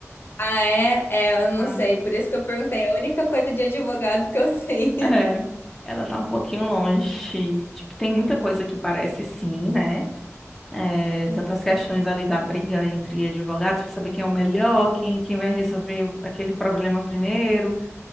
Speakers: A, on the left; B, in the centre.
A: ah, é? É, eu não
B: Ah,
A: sei. Por isso que eu perguntei. É a única coisa de advogado que eu sei.
B: é, ela tá um pouquinho longe. Tipo, tem muita coisa que parece sim, né? eh,
A: <laughs>
B: tantas
A: Aham.
B: questões ali da briga entre advogados para saber quem é o melhor, quem, quem vai resolver o- aquele problema primeiro.